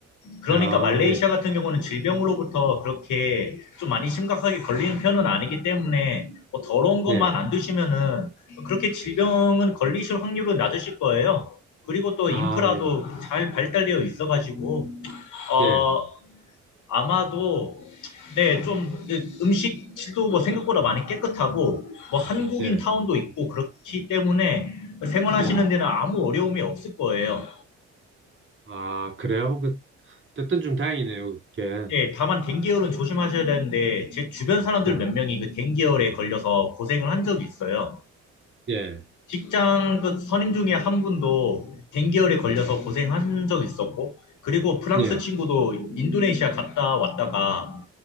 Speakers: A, on the left (about 80°); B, on the right (about 40°).
A: 그러니까
B: 아,
A: 말레이시아
B: 예.
A: 같은 경우는 질병으로부터 그렇게 좀 많이 심각하게 걸리는 편은 아니기 때문에 뭐 더러운 것만
B: 예.
A: 안 드시면은 그렇게 질병은 걸리실 확률은 낮으실 거예요. 그리고 또
B: 아,
A: 인프라도
B: 예.
A: 잘 발달되어 있어가지고 어
B: 예.
A: 아마도 네, 좀 음식 질도 뭐 생각보다 많이 깨끗하고 뭐 한국인
B: 예.
A: 타운도 있고 그렇기 때문에 생활하시는
B: 예.
A: 데는 아무 어려움이 없을 거예요.
B: 아, 그래요? 그, 됐든 좀 다행이네요, 그게.
A: 예, 다만 댕기열은 조심하셔야 되는데 제 주변 사람들
B: 예,
A: 몇 명이 그 댕기열에 걸려서 고생을 한 적이 있어요.
B: 예,
A: 직장 그 선임 중에 한 분도 댕기열에 걸려서 고생한 적 있었고 그리고 프랑스
B: 예,
A: 친구도 인도네시아 갔다 왔다가